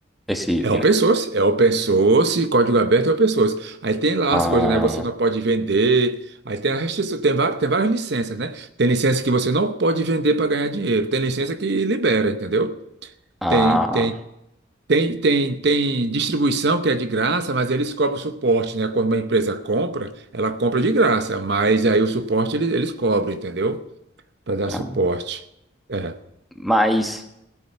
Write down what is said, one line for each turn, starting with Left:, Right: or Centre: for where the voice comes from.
Centre: esse
Right: É
Centre: Linux.
Right: open source, é open source, código aberto é open source. Aí tem lá
Centre: Ah,
Right: as coisas, né? Você não pode vender. Aí tem a restrição, tem várias, tem várias licenças, né? Tem licença que você não pode vender para ganhar dinheiro. Tem licença que libera, entendeu?
Centre: Ah,
Right: Tem, tem, tem, tem, tem distribuição que é de graça, mas eles cobram suporte, né? Quando uma empresa compra, ela compra de graça, mas aí o suporte eles, eles cobram, entendeu? Para dar
Centre: tá.
Right: suporte. É,
Centre: Mas